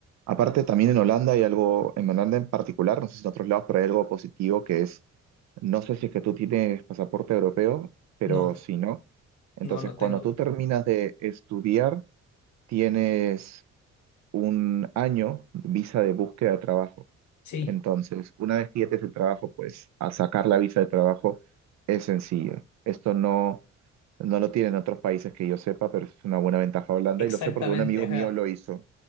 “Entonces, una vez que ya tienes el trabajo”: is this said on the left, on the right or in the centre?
Right